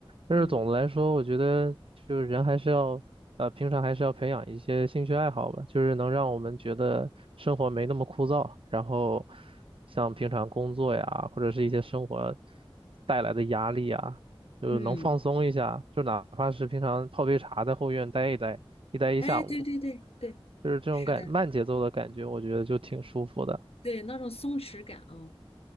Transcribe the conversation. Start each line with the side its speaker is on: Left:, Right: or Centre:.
Right: 但是总的来说，
Left: 嗯
Right: 我觉得就是人还是要，呃，平常还是要培养一些兴趣爱好吧，就是能让我们觉得生活没那么枯燥，然后像平常工作呀，或者是一些生活带来的压力啊，就是能放松一下，
Left: 嗯，
Right: 就哪怕是平常泡杯茶在后院待一待，一待一下午，
Left: 哎，对对对对，
Right: 就是这种感，
Left: 是的，
Right: 慢节奏的感觉，我觉得就挺舒服的。
Left: 对那种松弛感啊、